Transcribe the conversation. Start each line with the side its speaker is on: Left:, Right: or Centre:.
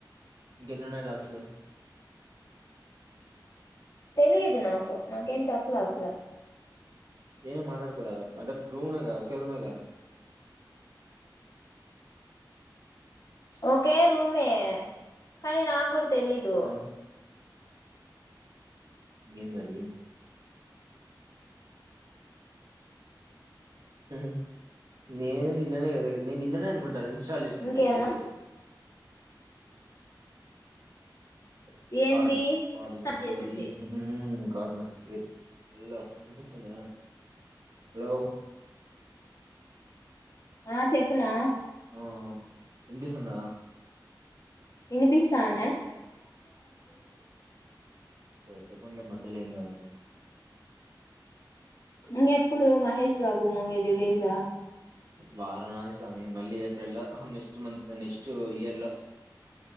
Right: ఇంకా ఎన్ని ఉన్నాయి టాసులు
Left: తెలీదు నాకు నాకేం చెప్పలే ఆ పిల్ల
Right: ఏ మాట్లాడుకోరా అంటే ప్రుమెగా ఒకే రుమేగా
Left: ఒకే రూమే కానీ నా గుడ్త్ తెలీదు
Right: మరి ఏందది <inaudible> నేను నిన్ననే గదే నేను నిన్ననే అనుకుంటా ఇన్స్టాల్ చేసింది
Left: ఇంకేమన్నా
Right: మేబి చెప్పాలి
Left: ఏంది
Right: చెప్పాలి.
Left: స్టార్ట్
Right: చెప్పాలి
Left: చేసింది
Right: హ్మ్ గాడ్ మస్త్ గ్రేట్ హలో వినిపిస్తుంద హలో
Left: ఆ చెప్పున్నా
Right: ఆ వినిపిస్తంద
Left: వినిపిసం
Right: పోతే పోనీలే మధ్యల ఏమికాదు
Left: ఇంకెప్పుడు మహేష్ బాబు మూవీ రిలీజా
Right: వారణాసి స్వామి మళ్ళీ ఏప్రిల్ లో నెక్స్ట్ మంత్ నెక్స్ట్ ఇయర్ లో